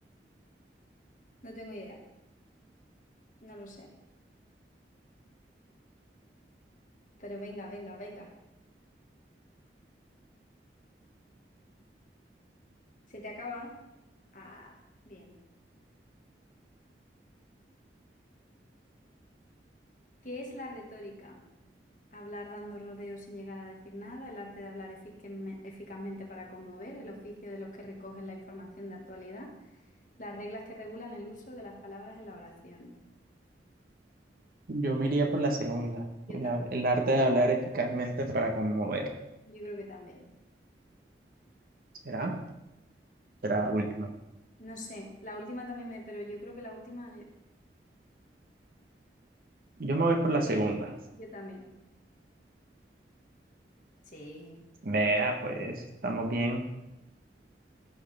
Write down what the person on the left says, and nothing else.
No tengo idea, no lo sé. Pero venga, venga, venga. ¿Se te acaba? Ah, bien. ¿Qué es la retórica? Hablar dando rodeos sin llegar a decir nada, el arte de hablar eficazme- eficazmente para conmover, el oficio de los que recogen la información de actualidad, las reglas que regulan el uso de las palabras en la oración.
Yo,
ta-
yo creo que también.
No sé, la última también me, pero yo creo que la última eh,
yo también. Sí.